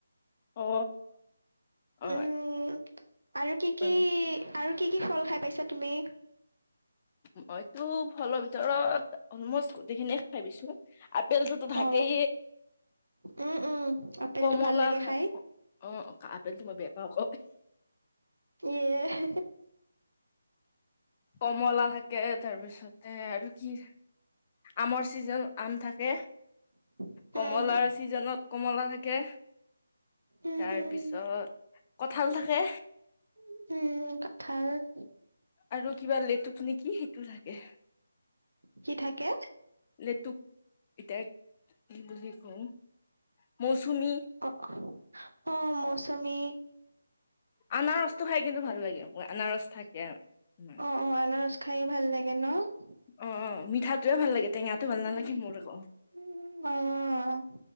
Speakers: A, on the left (about 30°); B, on the right (about 75°).
A: অ অ
B: উম আৰু কি
A: অ,
B: কি আৰু কি কি ফল খাই পাইছা তুমি
A: মইতো ফলৰ ভিতৰত অলমষ্ট অলমস্ত গোটেই খিনিয়ে খাই পাইছোঁ আপুলটো তথাপি
B: অ উম উম আপেলটো
A: কমলা
B: ভাল লাগে
A: খ
B: খাই
A: অ আপেলটো মই বেয়া পাওঁ ক
B: ই এ <inaudible>
A: কমলা খাই তাকে তাৰ পিছতে আৰু কি আমৰ চিজন আম থাকে
B: উম
A: কমলাৰ চিজনত কমলা থাকে।
B: উম
A: তাৰ
B: উম
A: পিছত কঠাল থাকে।
B: উমহু কঠাল-
A: আৰু কিবা লেটুকো নেকি সেইটো থাকে।
B: কি থাকে?
A: লেতুক এতিয়া কি বুলি কওঁ? মৌচুমী-
B: অ অ, অঁ মৌচমি।
A: আনাৰসটো খাই কিন্তু ভাল লাগে। ময় আনাৰস থাকে ন।
B: অঁ আনাৰস খাইয়ে ভাল লাগে ন।
A: অঁ অঁ মিঠাটোয়ে ভাল লাগে টেঙাটো
B: অ',
A: ভাল নালাগে মোৰ আক।